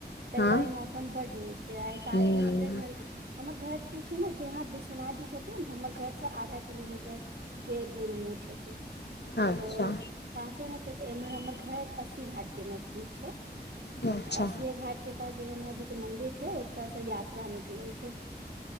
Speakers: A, on the right (about 70°); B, on the left (about 75°).
A: ताहि
B: हँ
A: ल ई मौसम बड नीक छैय आइ साँझमे
B: हूँ
A: हमरे घर हमर घर की छैय ने जहां विश्वनाथ जी छथिन हमर घर से आधा किलोमीटर के दूरमे छथिन।
B: अच्छा
A: तऽ पासे मे छथी तऽ एम्हर हमर घर अस्सी घाट के नजदीक छैय त
B: अच्छा
A: अस्सीे घाट के पास जगन्नाथ जी के मंदिर छैय ओत से यात्रा निकलै छैय।